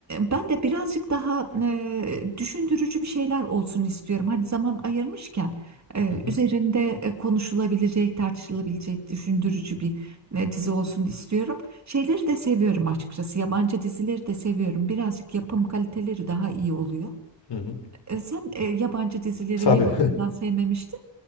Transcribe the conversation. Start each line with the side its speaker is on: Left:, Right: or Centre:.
Right: Ben de birazcık daha e, düşündürücü bir şeyler olsun istiyorum. Hani zaman ayırmışken e,
Left: Hı hı.
Right: üzerinde e, konuşulabilecek, tartışılabilecek, düşündürücü bir e, dizi olsun istiyorum. Şeyleri de seviyorum açıkçası. Yabancı dizileri de seviyorum. Birazcık yapım kaliteleri daha iyi oluyor.
Left: Hı hı.
Right: E, Sen e, yabancı dizileri
Left: Tabii.
Right: ne bakımdan
Left: <laughs>
Right: sevmemiştin?